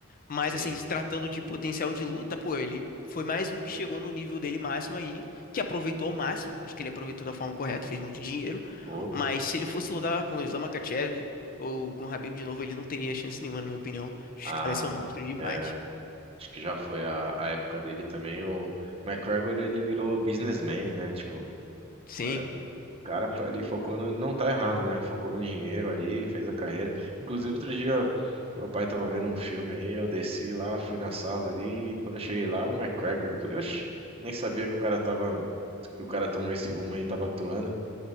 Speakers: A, on the left (about 40°); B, on the right (about 25°).
A: Mas,
B: sim.
A: assim, se tratando de potencial de luta, pô, ele foi mais um que chegou no nível dele máximo aí, que aproveitou ao máximo. Acho que ele aproveitou da forma correta, fez muito dinheiro.
B: Pô,
A: Mas se ele fosse lutar com o Islam Makhachev ou com o Khabib de novo, ele não teria chance nenhuma, na minha opinião. Os
B: ah,
A: caras são monstros demais.
B: é. Acho que já foi a, a época dele também. O McGregor, ele virou businessman, né? Tipo, o
A: Sim.
B: cara, o cara foi ali, focou no... Não tá errado, né? Focou no dinheiro ali, fez a carreira. Inclusive, outro dia, meu pai tava vendo um filme aí, eu desci lá, fui na sala ali, e quando eu cheguei lá, o McGregor, falei, oxe, nem sabia que o cara tava... Que o cara tomou esse rumo aí, tava atuando.